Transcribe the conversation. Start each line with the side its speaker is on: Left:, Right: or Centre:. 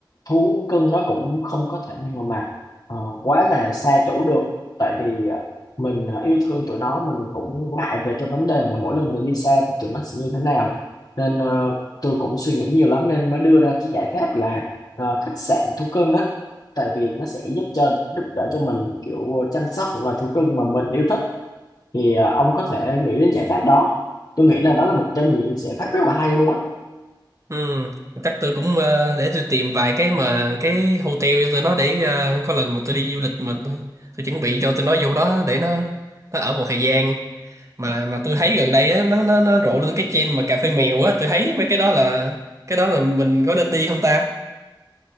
Left: thú cưng nó cũng không có thể nào mà ờ, quá là xa chủ được tại vì ờ, mình ờ, yêu thương tụi nó mình cũng ngại về cái vấn đề mà mỗi lần mình đi xa thì tụi nó sẽ như thế nào nên ờ, tôi cũng suy nghĩ nhiều lắm nên mới đưa ra cái giải pháp là ờ, khách sạn thú cưng á tại vì nó sẽ giúp cho giúp đỡ cho mình kiểu chăm sóc những loài thú cưng mà mình yêu thích thì à, ông có thể nghĩ đến giải pháp đó tôi nghĩ là đó là một trong những giải pháp rất là hay luôn á
Right: ừ chắc tôi cũng ờ, để tôi tìm vài cái mà cái hotel cho tụi nó để ờ, có lần mà tôi đi du lịch mà tôi, tôi chuẩn bị cho tụi nó vô đó để nó nó ở một thời gian mà mà tôi thấy gần đây á nó nó nó rộ lên cái trend mà cà phê mèo á tôi thấy mấy cái đó là cái đó là mình có nên đi không ta